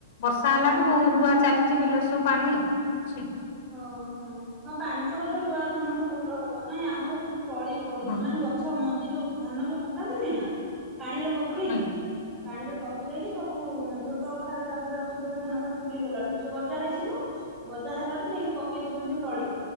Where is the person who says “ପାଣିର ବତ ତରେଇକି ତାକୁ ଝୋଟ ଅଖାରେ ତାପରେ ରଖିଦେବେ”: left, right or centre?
Centre